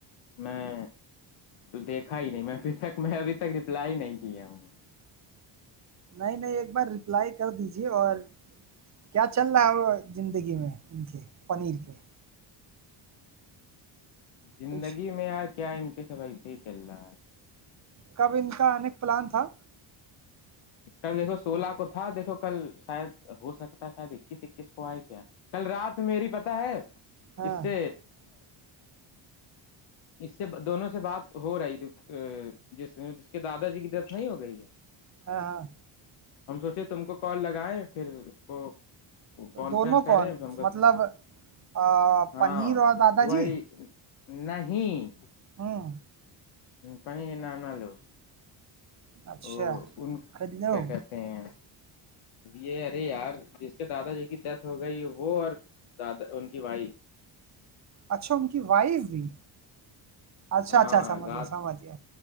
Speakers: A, on the left; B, on the right.
A: میں دیکھا ہی نہیں میں ابھی تک میں ابھی تک رپلائی نہیں کیا ہوں
B: نہیں نہیں ایک بار رپلائی کر دیجیے اور کیا چل رہا ہے زندگی میں ان کے پنیر کے
A: زندگی
B: کچھ
A: میں یار کیا ان کے سب ایسے ہی چل رہا ہے
B: کب ان کا آنے کا پلان تھا
A: اس کل دیکھو سولہ کو تھا دیکھو کل شاید ہو سکتا ہے شاید اکیس اکیس کو آئے کیا کل رات میری پتہ ہے
B: ہاں
A: اس سے اس سے دونوں سے بات ہو رہی تھی ا جس جس کے دادا جی کی ڈیتھ نہیں ہو گئی <inaudible>
B: ہاں ہاں
A: ہم سوچے تم کو کال لگائے پھر اس کو
B: تو
A: کانفرنس
B: دونوں
A: کر
B: کون
A: رہے ہیں ہم کو
B: مطلب آ،
A: ہاں
B: پنیر اور دادا
A: وہی
B: جی
A: نہیں
B: ہاں
A: پانی ن آنا لو
B: اچھا
A: ا ان
B: خرید لو
A: کیا کہ تین یہ ارے یار جس کے دادا جی کی ڈیتھ ہو گئی وہ اور دادا ان کی بھائی
B: اچھا ان کی وائف بھی اچھا
A: ہاں
B: اچھا سمجھے
A: رات
B: سمجھے